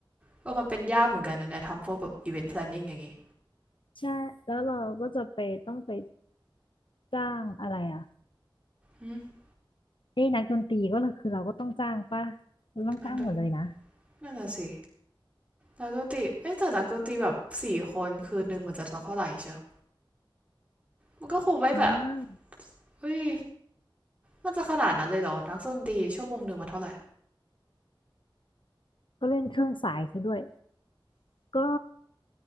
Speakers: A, on the right; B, on the left.
A: เออมันเป็นยากเหมือนกันนะเนี่ยทำพวกแบบ event planning อย่างงี้
B: ใช่แล้วเราก็จะไปต้องไปจ้างอะไรอ่ะ
A: อืม
B: เอ้ยนักดนตรีก็คือเราก็ต้องจ้างป่ะเราต้องจ้างหมดเลยนะ
A: มันต้นนั่นน่ะสิ นักดนตรีเอ้ยแต่นักดนตรีแบบสี่คนคืนหนึ่งมันจะเท่าไหร่เชียวมันก็คงไว้แบบ
B: อ่า
A: เฮ้ยมันจะขนาดนั้นเลยเหรอ นักดนตรีชั่วโมงหนึ่งมันเท่าไหร่
B: ก็เล่นเครื่องสายซะด้วยก็